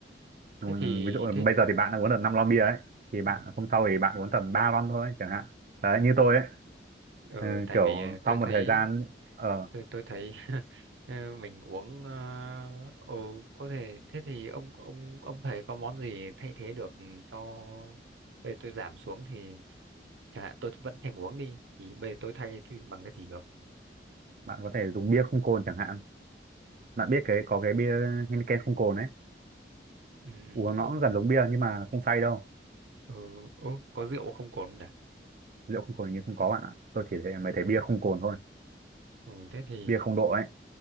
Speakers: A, on the right; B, on the right.
A: Ừ,
B: thế thì
A: ví dụ là
B: thế
A: bây giờ thì bạn đã uống được 5 lon bia ấy thì bạn
B: ờ,
A: hôm sau thì bạn uống tầm 3 lon thôi chẳng hạn đấy như tôi
B: ờ,
A: ấy
B: ờ,
A: ừ,
B: tại
A: kiểu
B: vì tôi
A: sau một
B: thấy
A: thời gian ờ
B: tôi tôi thấy <laughs> ờ, mình uống ờ ừ, có thể thế thì ông ông ông thấy có món gì thay thế được cho để tôi giảm xuống thì chẳng hạn tôi vẫn thèm uống đi thì bây giờ tôi thay cái gì bằng cái gì được
A: bạn có thể dùng bia không cồn chẳng hạn bạn biết cái có cái bia Heineken không cồn ấy
B: ừ,
A: uống
B: ừ,
A: nó cũng gần giống bia nhưng mà không say đâu
B: ừ, ừ, có rượu không cồn không nhỉ
A: rượu không cồn như không có bạn ạ tôi chỉ thấy mới thấy bia không cồn thôi
B: ừ, thế thì
A: bia không độ ấy